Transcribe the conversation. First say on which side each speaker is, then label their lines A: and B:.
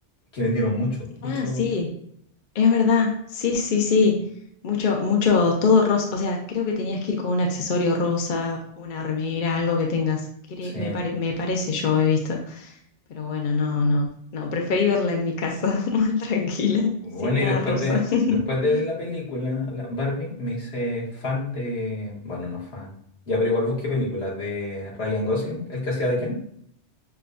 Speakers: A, on the left; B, on the left.
A: Que vendieron mucho, mucho.
B: Ah, sí, Es verdad, sí, sí, sí. Mucho, mucho, todo rosa. O sea, creo que tenías que ir con un accesorio rosa, una remera, algo que tengas. Cre-
A: Sí.
B: me pare- me parece, yo he visto. Pero bueno, no, no. No, preferí verla en mi casa, <laughs> más tranquila,
A: Bueno,
B: sin nada
A: y después
B: rosa.
A: de,
B: <laughs>
A: después de ver la película, la Barbie, me hice fan de. Bueno, no fan. Ya, pero igual busqué películas de Ryan Gosling, el que hacía de Ken.